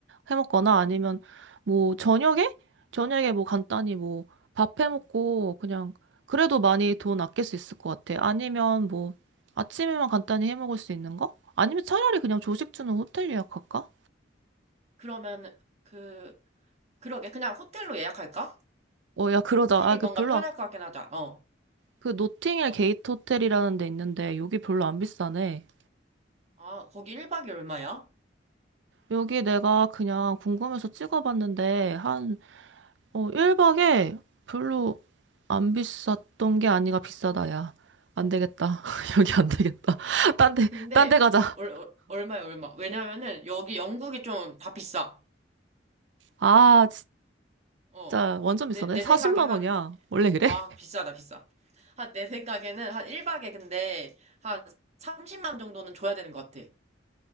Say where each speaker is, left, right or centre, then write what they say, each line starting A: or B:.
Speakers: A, on the right; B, on the right.
A: 해먹거나 아니면 뭐 저녁에? 저녁에 뭐 간단히 뭐 밥 해먹고 그냥 그래도 많이 돈 아낄 수 있을 것 같아. 아니면 뭐 아침에만 간단히 해먹을 수 있는 거? 아니면 차라리 그냥 조식 주는 호텔 예약할까?
B: 그러면, 그, 그러게. 그냥 호텔로 예약할까?
A: 어, 야, 그러자.
B: 호텔이
A: 아,
B: 뭔가
A: 그 별로,
B: 편할 것 같긴 하다. 어.
A: 그 노팅힐
B: 어,
A: 게이트 호텔이라는 데 있는데 여기 별로 안 비싸네.
B: 아, 거기 1박이 얼마야?
A: 여기 내가 그냥 궁금해서 찍어봤는데, 한, 어, 1박에 별로 안 비쌌던 게 아니라 비싸다, 야. 안 되겠다. <laughs> 여기 안 되겠다. <laughs> 딴 데,
B: 근데
A: 딴데 가자.
B: 얼, 얼, 얼마야 얼마 왜냐면은 여기 영국이 좀 다 비싸
A: 아,
B: 어
A: 진짜 완전 비싸네.
B: 내 내
A: 40만
B: 생각에 한
A: 원이야. 원래 그래?
B: 아 비싸다 비싸 한 내 생각에는 한 1박에 근데 한 30만 정도는 줘야 되는 것 같아